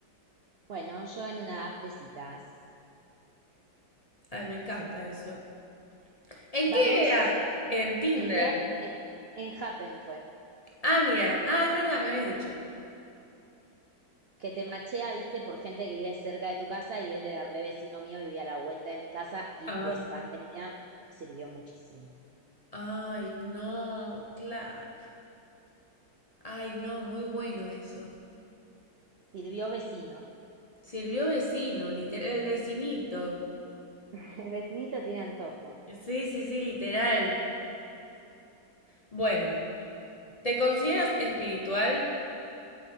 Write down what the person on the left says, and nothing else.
Ay, me encanta eso. ¿En
qué app? En Tinder.
Ah, mira. Ah, es verdad, me habías dicho.
Ah,
ay, no, claro. Ay, no, muy bueno eso.
Sirvió vecino, liter- el vecinito.
Sí, sí, sí, literal. Bueno, ¿te consideras espiritual?